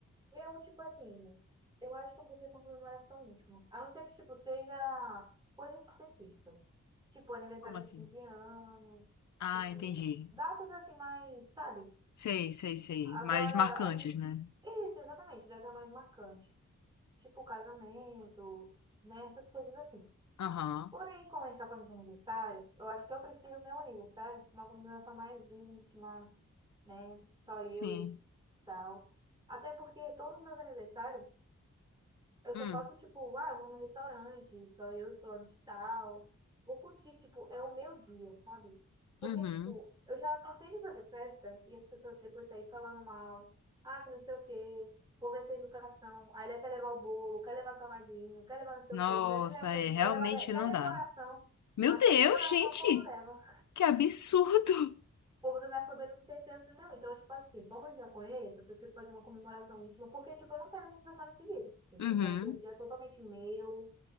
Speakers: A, on the right (about 15°); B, on the left (about 80°).
A: Eu, tipo assim, eu acho que eu vou ter comemoração última. A não ser que, tipo, seja coisas específicas. Tipo, aniversário
B: Como assim?
A: de 15 anos,
B: Ah,
A: tipo,
B: entendi.
A: datas assim mais, sabe?
B: Sei, sei, sei.
A: Agora,
B: Mais marcantes,
A: ani-
B: né?
A: isso, exatamente, data mais marcante. Tipo, casamento, né? Essas coisas assim.
B: Aham.
A: Porém, como a gente tá falando de aniversário, eu acho que eu prefiro o meu aniversário, uma comemoração mais íntima, né? Só eu
B: Sim.
A: e tal. Até porque todos os meus aniversários eu
B: Hum.
A: só faço, tipo, ah, vou no restaurante, só eu e fulano de tal. Vou curtir, tipo, é o meu dia, sabe? Porque,
B: Uhum.
A: tipo, eu já cansei de fazer festa e as pessoas depois saírem falando mal. Ah, que não sei o quê, vou ver sem educação. Aí ele quer levar o bolo, quer levar salgadinho, quer levar não sei
B: Nossa,
A: o quê, ainda nem leva pra
B: é,
A: gente,
B: realmente
A: quer levar de- até
B: não
A: decoração.
B: dá. Meu
A: Até
B: Deus,
A: decoração
B: gente!
A: o povo leva.
B: Que absurdo!
A: O povo da minha família não tem senso, não. Então, tipo assim, como eu já conheço, eu prefiro fazer uma comemoração íntima, porque, tipo, eu não quero me tratar nesse dia. Entendeu?
B: Uhum.
A: Eu quero ser um dia totalmente meu